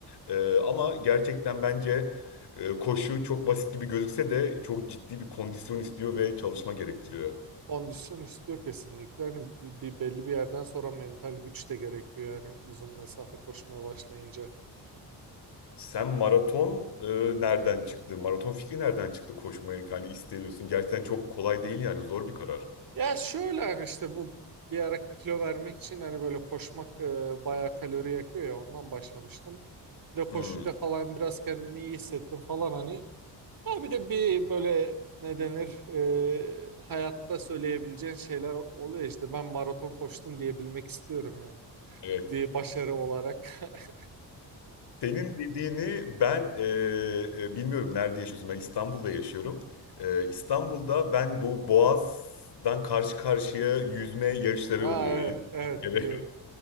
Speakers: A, on the left (about 65°); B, on the right (about 50°).
A: E, ama gerçekten bence e, koşu çok basit gibi gözükse de çok ciddi bir kondisyon istiyor ve çalışma gerektiriyor.
B: Kondisyon istiyor kesinlikle. Hani bir belli bir yerden sonra mental güç de gerekiyor yani uzun mesafe koşmaya başlayınca.
A: Sen maraton e, nereden çıktı? Maraton fikri nereden çıktı koşmaya? Yani istiyorsun. Gerçekten çok kolay değil yani zor bir karar.
B: Ya şöyle hani işte bu bir ara kilo vermek için hani böyle koşmak e, bayağı kalori yakıyor ya ondan başlamıştım. de koşunca
A: Hmm,
B: falan biraz kendimi iyi hissettim falan hani. Ya bir de bir böyle ne denir e, hayatta söyleyebileceğin şeyler oluyor işte ben maraton koştum diyebilmek istiyorum yani.
A: evet.
B: Bir başarı olarak. <laughs>
A: Senin dediğini ben e, e, bilmiyorum nerede yaşıyorsun. Ben İstanbul'da yaşıyorum. E, İstanbul'da ben bu Boğaz'dan karşı karşıya yüzme yarışları
B: Ha,
A: oluyor.
B: evet,
A: Yılda
B: evet
A: bir
B: biliyorum.
A: kere.